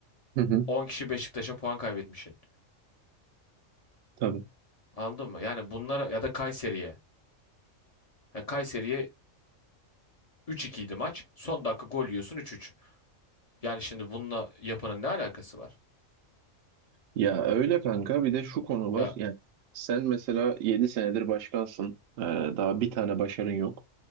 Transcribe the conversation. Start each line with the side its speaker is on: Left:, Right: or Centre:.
Right: Hı hı.
Left: 10 kişi Beşiktaş'a puan kaybetmişsin.
Right: Tabii.
Left: Anladın mı? Yani bunlara ya da Kayseri'ye. Ya Kayseri'ye üç 2 idi maç. Son dakika gol yiyorsun üç üç. Yani şimdi bununla yapanın ne alakası var?
Right: Ya öyle kanka bir de şu konu var.
Left: Ya
Right: Yani sen mesela 7 senedir başkansın. Ee, daha bir tane başarın yok.